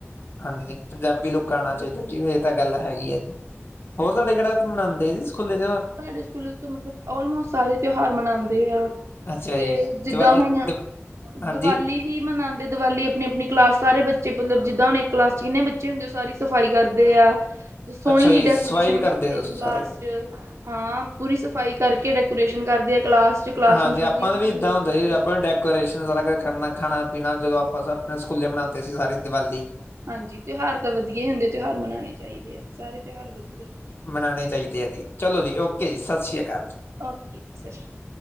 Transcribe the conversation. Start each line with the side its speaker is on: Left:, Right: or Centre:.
Left: ਹਾਂਜੀ, ਪੰਜਾਬੀ ਲੁੱਕ ਗਾਣਾ ਚਾਈਦਾ ਜੀ, ਐ ਤਾਂ ਗੱਲ ਹੈਗੀ ਆ ਜੀ, ਹੋਰ ਤਾਡੇ ਕੇੜਾ ਮਨਾਂਦੇ ਆ ਜੀ ਸਕੂਲੇ ਤਿਉਆਰ।
Right: ਸਾਡੇ ਸਕੂਲੇ ਤੇ ਮਤਲੱਬ ਆਲਮੋਸਟ ਸਾਰੇ ਤਿਉਹਾਰ ਮਨਾਂਦੇ ਆ।
Left: ਅੱਛਾ
Right: ਤੇ
Left: ਜੀ
Right: ਜਿੱਦਾਂ
Left: ਦੀਵਾਲੀ
Right: ਹੁਣ,
Left: ਦ ਹਾਂਜੀ
Right: ਦਵਾਲੀ ਕੀ ਮਨਾਂਦੇ ਦੀਵਾਲੀ ਆਪਣੀ-ਆਪਣੀ ਕਲਾਸ ਸਾਰੇ ਬੱਚੇ ਮਤਲੱਬ ਜਿੱਦਾਂ ਹੁਣ ਇੱਕ ਕਲਾਸ ਚ ਕਿੰਨੇ ਬੱਚੇ ਹੁੰਦੇ ਓ ਸਾਰੀ ਸਫ਼ਾਈ ਕਰਦੇ ਆ। ਤੇ ਸੋਹਣੀ
Left: ਅੱਛਾ
Right: ਜਿਹੀ
Left: ਜੀ,
Right: ਡੈਕੋਰੇਸ਼ਨ
Left: ਸਫਾਈ ਵੀ ਕਰਦੇ ਤੁਸੀਂ
Right: ਆ ਕਲਾਸ
Left: ਸਾਰੇ।
Right: ਚ ਹਾਂ, ਪੂਰੀ ਸਫ਼ਾਈ ਕਰਕੇ ਡੈਕੋਰੇਸ਼ਨ ਕਰਦੇ ਆ। ਕਲਾਸ ਚ ਕਲਾਸ
Left: ਹਾਂਜੀ
Right: ਨੂੰ ਸੋਹਣੀ
Left: ਆਪਾਂ
Right: ਬਣਾਉਂਦੇ
Left: ਦਾ ਵੀ ਇਦਾਂ
Right: ਆ
Left: ਹੁੰਦਾ
Right: ਸਜਾਉਂਦੇ
Left: ਹੀ। ਆਪਾਂ
Right: ਆ।
Left: ਨਾਂ ਡੈਕ ਡੈਕੋਰੇਸ਼ਨ ਸਾਰਾ ਕੁੱਛ ਕਰਨਾ, ਖਾਣਾ-ਪੀਣਾ ਜਦੋਂ ਆਪਾਂ ਸਭ ਆਪਣੇ ਸਕੂਲੇ ਮਨਾਉਂਦੇ ਸੀ, ਸਾਰੇ ਦੀਵਾਲੀ।
Right: ਹਾਂਜੀ, ਤਿਉਹਾਰ ਤੇ ਵਧੀਆ ਈ ਹੁੰਦੇ, ਤਿਉਹਾਰ ਮਨਾਉਣੇ ਚਾਈਦੇ ਆ, ਸਾਰੇ ਤਿਉਹਾਰ ਵਧੀਆ।
Left: ਮਨਾਂਣੇ ਚਾਈਦੇ ਆ ਜੀ, ਚਲੋ ਜੀ ਓਕੇ ਜੀ, ਸਤਿ ਸ੍ਰੀ ਅਕਾਲ।
Right: ਓਕੇ, ਸਤਿ ਸ਼੍ਰੀ ਅ।